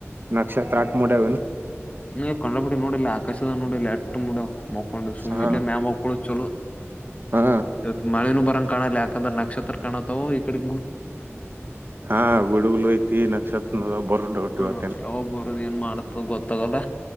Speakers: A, on the right; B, on the left.
A: ನಕ್ಷತ್ರ ಆಟ್ ಮಾಡ್ಯಾವೇನು
B: <unintelligible> ನೋಡಿಲ್ಲ ಆಕಾಶ ನೋಡಿಲ್ಲ <unintelligible> ಮಕೊಂಡು ಸುಮ್ಮ್
A: ಹಾ
B: ಇಲ್ಲೇ ಮ್ಯಾಲಾ ಮಕ್ಕೊಳ್ಳೊ ಚಲೋ
A: ಹಾ
B: ಇವತ್ತು ಮಳೆನು ಬರಂಗ ಕಾಣಲ್ಲ ಯಾಕಂದ್ರ ನಕ್ಷತ್ರ ಕಾಣತವೂ ಇಕಡೆ
A: ಹಾ ಗುಡುಗಲು ಐತಿ ನಕ್ಷತ್ರ ಅದವು ಬರ್ ಡೌಟವತ್ತೇನ್
B: ಹಾ ಯಾವಾಗ ಬರೋದ್ ಏನ್ ಮಾಡತ್ತ ಗೊತ್ತಾಗಲ್ಲ